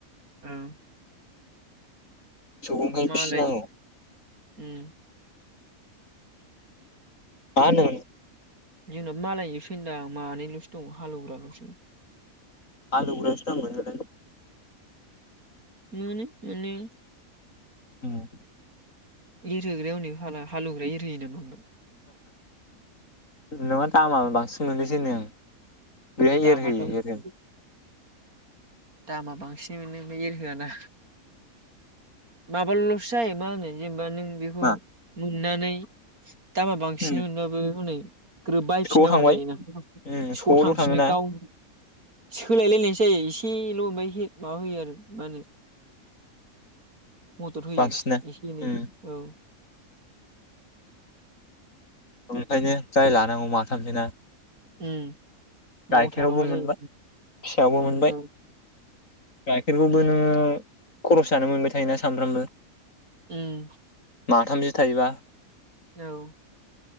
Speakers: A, on the right; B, on the left.
A: उम।
B: मोसौखौ ओंखायनो
A: मालाय
B: फिनांगौ।
A: उम
B: मा होनो
A: जोंनाबो मालायनि जोबसो दां मानैल'सो दं हालौवग्राल'सो।
B: हालौग्रायासो दाम मोनोलाय।
A: मोनो मोननाया
B: उम।
A: एरहोग्राया हनै फाला हालौवग्राया एरहोयो नामा ओमफाय?
B: नङा दामा बांसिन मोनोसो होन्दों आं। बेलाय
A: दामाथ'
B: एरहोयो एरहो
A: दामा बांसि नि मोनो बे एरहोया ना। माबाल'सो जायो मा होनो जेनोबा नों बिखौ
B: मा
A: मो नानै दामा बांसिन
B: उम
A: मोनबाबो हनै ग्रोब बायफिन्नांगौ
B: स'आव थांबाय
A: जायोना
B: उम
A: स'
B: स'आवल'
A: थांफिनो
B: थाङोना
A: गाव सोलायलायनायसो जायो एस एल' ओमफाय एसे माबा होयो आरो मा होनो मदद होयो
B: बांसिना
A: एसे एनै
B: उम
A: औ।
B: ओंखायनो जाय लानांगौ माथामसोना?
A: उम। न'आव
B: गाइखेरावबो
A: थाखाबा जायो
B: मोनबाय, फिसायावबो मोनबाय,
A: औ
B: गाइखेरखौबो
A: उम
B: नोङो खरस जानो मोनबाय थायोना सामफ्रामबो
A: उम।
B: माथामसो थायोबा
A: औ।